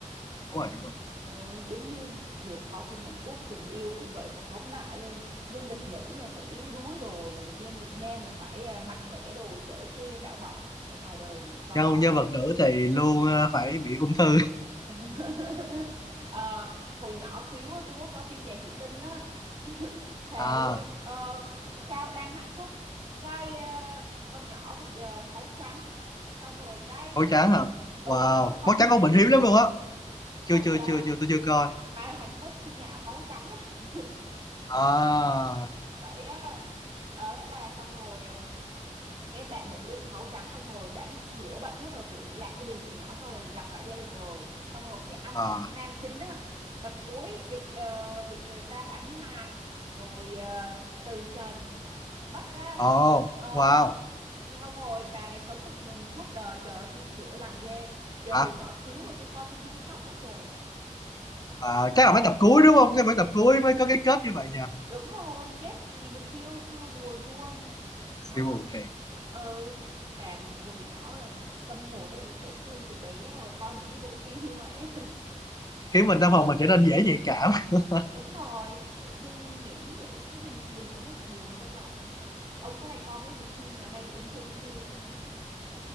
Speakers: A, on the left; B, on the right.
A: đúng rồi đúng rồi
B: Ờ, giống như thiệt coi phim Hàn Quốc tình yêu cũng vậy phải phóng đại lên nhân vật nữ là phải yếu đuối đồ nhân vật nam là phải à, mạnh mẽ đồ chở che bảo bọc ở ngoài đời làm gì có
A: nhân nhân vật nữ thì luôn ờ, phải bị ung thư
B: <laughs> Ờ, hồi nhỏ xíu á, tôi có coi phim Giày Thủy Tinh á <laughs> thề
A: à
B: luôn ờ, nghĩ sao đang hạnh phúc cái ờ, con nhỏ bị ờ, máu trắng xong rồi cái
A: máu
B: ờ,
A: trắng hả
B: ừ
A: wow
B: ông coi
A: máu
B: phim
A: trắng con
B: Giày
A: bệnh
B: Thủy
A: hiếm
B: Tinh
A: lắm
B: chưa
A: luôn á chưa
B: bảy
A: chưa
B: hả
A: chưa chưa tôi chưa coi
B: mà mà hạnh phúc phim nào máu trắng ấy.
A: à
B: <laughs> vậy á ờ thế là xong rồi ờ, cái bạn nữ đó bị máu trắng xong rồi bạn chữa bệnh hết rồi kiểu bị lạc gia đình từ nhỏ xong rồi gặp lại gia đình rồi xong rồi cái anh
A: à
B: nam chính á tập cuối bị ờ, bị người ta hãm hại rồi ờ, từ trần mất á
A: Ồ,
B: ờ
A: wow.
B: không rồi bà này sống một mình suốt đời trời ơi, phim chữa lành ghê giờ
A: Hả?
B: hồi nhỏ xíu mà tôi coi phim ấy tôi khóc quá trời
A: À, chắc là mấy tập cuối đúng không? Cái mấy tập cuối mới có cái kết như vậy nha.
B: đúng rồi kết gì mà siêu siêu buồn luôn đó
A: Siêu buồn thiệt.
B: ừ làm hồi nhỏ là tâm hồn nó đã bị tổn thương từ bé rồi coi những cái bộ phim như vậy
A: Khiến mình tâm hồn mình trở nên dễ nhạy cảm. <laughs>
B: <laughs> đúng rồi tự dưng nghĩ vậy cái mình mình cũng thấy buồn trong lòng á ông có hay coi mấy bộ phim mà hay bị ung thư ung thư vậy không